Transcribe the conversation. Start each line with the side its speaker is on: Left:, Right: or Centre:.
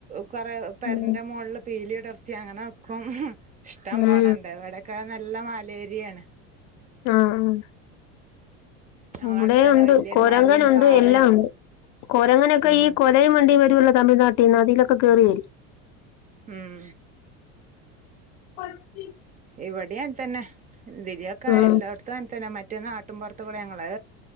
Right: കുറെ പെരൻ്റെമോളില്
Left: ഉം
Right: പീലി വിടർത്തി അങ്ങനെ <unintelligible> ഇഷ്ടം
Left: ഉം
Right: പോണെണ്ട് ഇവിടെക്കെ നല്ല മലെ രിയാണ്
Left: ആ ആ
Right: ഞങ്ങളടുത്തന്നെ
Left: ഇവടെ ഒണ്ട്
Right: വല്യൊരു
Left: കൊരങ്ങനുണ്ട്
Right: മലയും പാറയും
Left: എല്ലാം ഇണ്ട്. കൊരങ്ങനൊക്കെ
Right: ഉം
Left: ഈ കൊലെയും <unintelligible> <unintelligible> തമിഴ്നാട്ടിന്ന് അതിലൊക്കെ കേറി വെരും.
Right: ഉം
Left: <inaudible>
Right: ഇവിടെ അങ്ങൻതന്നെ ഇതിരിയൊക്കേ
Left: ആഹ്
Right: എല്ലോട്ത്തു അങ്ങൻ തന്നെ മ റ്റേ നാട്ടുംപൊറെത്തുടെ ഞങ്ങള്